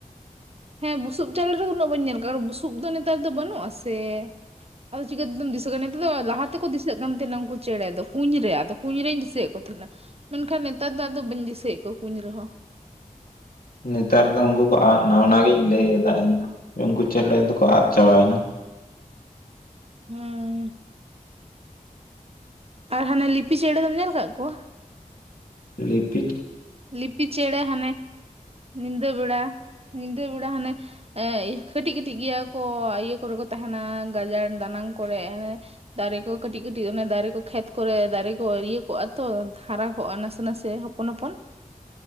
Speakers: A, on the right (about 45°); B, on the left (about 80°).
A: ᱦᱮᱸ ᱵᱩᱥᱩᱵ ᱪᱟᱞ ᱨᱮᱫᱚ ᱩᱱᱟᱹᱜ ᱵᱟᱹᱧ ᱧᱮᱞ ᱠᱟᱜᱼᱟ ᱵᱩᱥᱩᱵ ᱫᱚ ᱱᱮᱛᱟᱨ ᱫᱚ ᱵᱟᱹᱱᱩᱜᱼᱟ ᱥᱮ, ᱟᱫᱚ ᱪᱤᱠᱟᱹ ᱛᱮᱫᱚᱢ ᱫᱤᱥᱟᱹᱜ ᱠᱟᱱᱟ᱾ ᱟᱫᱚ ᱞᱟᱦᱟ ᱛᱮᱠᱚ ᱫᱤᱥᱟᱹᱜ ᱠᱟᱱ ᱛᱟᱦᱮᱸᱱᱟ ᱩᱱᱠᱩ ᱪᱮᱬᱮ ᱫᱚ ᱠᱩᱸᱧ ᱨᱮ ᱟᱫᱚ ᱠᱩᱸᱧ ᱨᱮᱧ ᱫᱤᱥᱟᱹᱭᱮᱫ ᱠᱚ ᱛᱟᱦᱱᱮᱜ-ᱟ, ᱢᱮᱱᱠᱷᱟᱱ ᱱᱮᱛᱟᱨ ᱫᱚ ᱟᱫᱚ ᱵᱟᱹᱧ ᱫᱤᱥᱟᱹᱭᱮᱫ ᱠᱚᱣᱟ ᱠᱩᱧ ᱨᱮᱦᱚᱸ,
B: ᱱᱮᱛᱟᱨ ᱫᱚ ᱩᱱᱠᱩ ᱠᱚ ᱟᱫ ᱮᱱᱟ ᱚᱱᱟᱜᱤᱧ ᱞᱟᱹᱭ ᱮᱫᱟ ᱤᱧᱦᱚᱸ, ᱩᱱᱠᱩ ᱪᱮᱬᱮ ᱫᱚᱠᱚ ᱟᱫ ᱪᱟᱵᱟᱭᱮᱱᱟ,
A: ᱦᱩᱸ, ᱟᱨ ᱦᱟᱱᱮ ᱞᱤᱯᱤ ᱪᱮᱬᱮ ᱫᱚᱢ ᱧᱮᱞ ᱟᱠᱟᱫ ᱠᱚᱣᱟ,
B: ᱞᱤᱯᱤᱠ,
A: ᱞᱤᱯᱤ ᱪᱮᱬᱮ ᱦᱟᱱᱮ ᱧᱤᱫᱟᱹ ᱵᱮᱲᱟ ᱧᱤᱫᱟᱹ ᱵᱮᱲᱟ ᱦᱟᱱᱮ, ᱮ ᱠᱟᱹᱴᱤᱡ ᱠᱟᱹᱴᱤᱡ ᱜᱮᱭᱟ ᱠᱚ ᱟᱤᱭᱟᱹ ᱠᱚᱨᱮ ᱠᱚ ᱛᱟᱦᱮᱸᱱᱟ ᱜᱟᱡᱟᱲ ᱫᱟᱱᱟᱝ ᱠᱚᱨᱮ ᱟᱱᱮ, ᱫᱟᱨᱮ ᱠᱚ ᱠᱟᱹᱴᱤᱡ ᱠᱟᱹᱴᱤᱡ ᱚᱱᱮ ᱫᱟᱨᱮ ᱠᱚ ᱠᱷᱮᱛ ᱠᱚᱨᱮ ᱫᱟᱨᱮ ᱠᱚ ᱤᱭᱟᱹ ᱠᱚᱜᱼᱟ ᱛᱚ ᱦᱟᱨᱟ ᱠᱚᱜᱼᱟ ᱱᱟᱥᱮ ᱱᱟᱥᱮ ᱦᱚᱯᱚᱱ ᱦᱚᱯᱚᱱ,